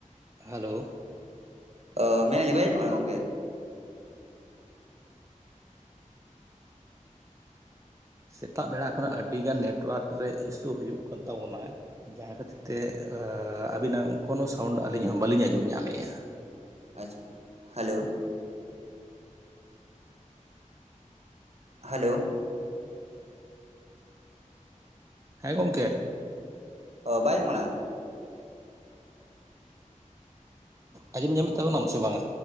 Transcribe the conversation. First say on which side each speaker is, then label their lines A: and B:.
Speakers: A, on the right (about 25°); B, on the right (about 50°).
A: ᱦᱮᱞᱳ
B: ᱚ ᱢᱮᱱᱮᱫᱤᱧ ᱵᱟᱭ ᱟᱡᱚᱢᱚᱜ ᱠᱟᱱᱟ ᱜᱚᱝᱠᱮ?
A: ᱥᱮᱛᱟᱜ ᱵᱮᱲᱟ ᱠᱷᱚᱱᱟᱜ ᱟᱹᱰᱤ ᱜᱟᱱ ᱱᱮᱴᱚᱳᱣᱟᱨᱠ ᱨᱮ ᱤᱥᱩ ᱦᱩᱭᱩᱜ ᱠᱟᱱ ᱛᱟᱵᱚᱱᱟ᱾ ᱡᱟᱦᱟᱸ ᱠᱷᱟᱹᱛᱤᱨ ᱛᱮ ᱟᱹᱵᱤᱱᱟ ᱠᱳᱱᱳ ᱥᱟᱣᱩᱱᱰ ᱟᱹᱞᱤᱧ ᱦᱚᱸ ᱵᱟᱹᱞᱤᱧ ᱟᱸᱡᱚᱢ ᱧᱟᱢᱮᱫᱼᱟ᱾
B: ᱟᱪᱪᱷᱟ, ᱦᱮᱞᱳ ᱦᱮᱞᱳ
A: ᱦᱮᱸ ᱜᱚᱢᱠᱮ,
B: ᱚ ᱵᱟᱭ ᱟᱡᱚᱧᱚᱜ ᱠᱟᱱᱟ?
A: ᱟᱸᱡᱚᱢ ᱧᱟᱢᱮᱫ ᱛᱟᱵᱚᱱᱟᱢ ᱥᱮ ᱵᱟᱝᱼᱟ?